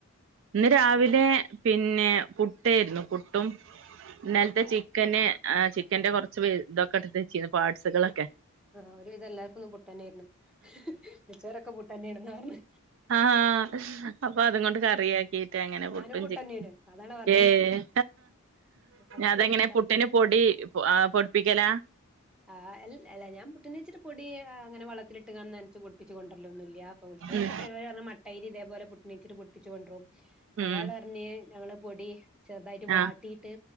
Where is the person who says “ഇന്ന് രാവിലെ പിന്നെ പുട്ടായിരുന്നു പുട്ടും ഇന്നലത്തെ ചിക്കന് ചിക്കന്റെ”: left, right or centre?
Right